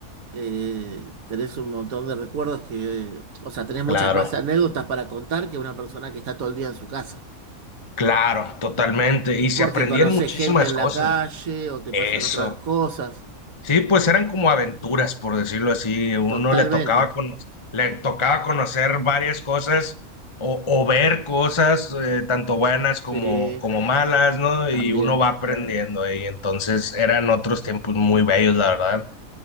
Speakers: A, on the right; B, on the left.
A: eh, tenés un montón de recuerdos que, o sea, tenés muchas
B: claro,
A: más anécdotas para contar que una persona que está todo el día en su casa.
B: claro, totalmente. Y se
A: Porque
B: aprendían
A: conocés
B: muchísimas
A: gente en
B: cosas.
A: la calle o te
B: Eso.
A: pasan otras cosas.
B: Sí, pues eran como aventuras, por decirlo así. Uno
A: Totalmente.
B: le tocaba cono- le tocaba conocer varias cosas o, o ver cosas, eh, tanto buenas como,
A: Sí.
B: como malas, ¿no?
A: también.
B: Y uno va aprendiendo ahí. Entonces eran otros tiempos muy bellos, la verdad.